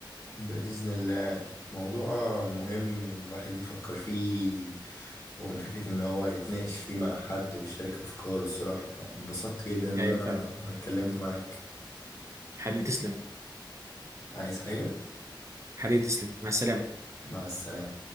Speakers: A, on the left; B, on the right.
A: بإذن الله موضوع مهم إن الواحد يفكر فيه ومن فكرة إن هو يتناقش فيه مع حد ويشارك أفكاره الصراحة انبسطت جدا إن
B: ايوه
A: أنا
B: فعلا
A: اتكلمت معاك
B: حبيبي تسلم
A: عايز حاجة؟
B: حبيبي تسلم مع السلامه
A: مع السلامة